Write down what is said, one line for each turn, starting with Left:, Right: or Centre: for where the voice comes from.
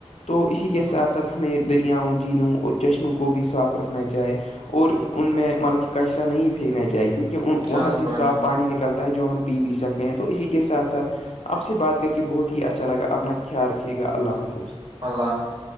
Left: تو اسی کے
Right: چلو
Left: ساتھ ساتھ ہمیں دریاؤں جھیلوں اور چشموں کو بھی صاف رکھنا چاہے اور ان میں مطلب کہ کچرا نہیں پھینکنا چاہی کیونکہ
Right: چلو
Left: وہاں سے
Right: بھائی
Left: صاف
Right: جان
Left: پانی نکلتا ہے جو ہم پی بھی سکتے ہیں تو اسی کے ساتھ ساتھ آپ سے بات کر کے بہت ہی اچھا لگا اپنا خیال رکھے گا اللہ حافظ
Right: اللہ حفظ